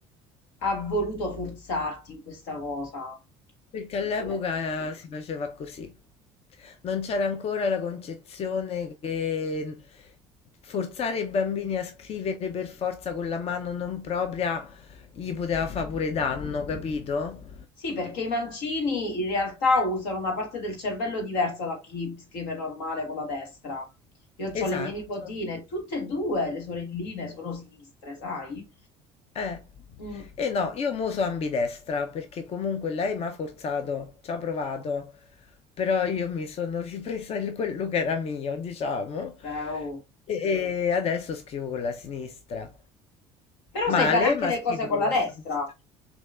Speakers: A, on the left (about 75°); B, on the left (about 40°).
A: ha voluto forzarti in questa cosa?
B: Perché all'epoca
A: Eppure
B: eh, si faceva così. Non c'era ancora la concezione che mm, forzare i bambini a scrivere per forza con la mano non propria gli poteva fare pure danno, capito?
A: Sì, perché i mancini in realtà usano una parte del cervello diversa da chi scrive normale con la destra. Io ho
B: Esatto.
A: le mie nipotine, tutte e due le sorelline sono sinistre, sai?
B: Eh.
A: Mm,
B: E no, io mo so ambidestra perché comunque lei mi ha forzato, ci ha provato, però io mi sono <laughs> ripresa il- quello che era mio, diciamo,
A: eh beh, oh.
B: e, e adesso scrivo con la sinistra.
A: Però
B: Male,
A: sai fare anche
B: ma
A: le
B: scrivo
A: cose con
B: con
A: la
B: la
A: destra.
B: sinistra.